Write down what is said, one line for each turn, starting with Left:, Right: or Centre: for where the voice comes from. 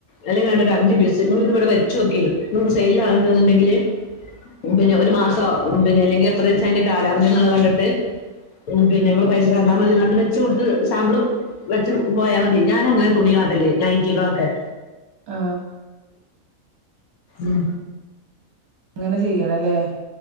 Left: അല്ലെങ്കിൽവേണ്ട ഒരഅഞ്ച്
Right: ഉം
Left: പീസ് ഇങ്ങള് ഇവിടെവെച്ചോക്കി നിങ്ങള്ടെ സെയിൽ ആക്ണ്ട്ന്ന്ണ്ടെങ്കില് ഉം പിന്നെഒരു മാസം പിന്നെ അല്ലെങ്കി എത്രദിവസം അയ്ന്റെ കാലാവദിന്ന്ള്ള കണ്ടിട്ട് ഉം പിന്നെ പൈസ തന്നാമതിന്നർഞ് വെച്ച് കൊടുത് സാമ്പിൾ വെച്ച് പോയാൽമതി ഞാനങ്ങനെതുണി കാട്ടെല് നയ് റ്റികളൊക്കെ
Right: ആ
Left: ഉം
Right: അങ്ങനെ ചെയ്യണല്ലേ?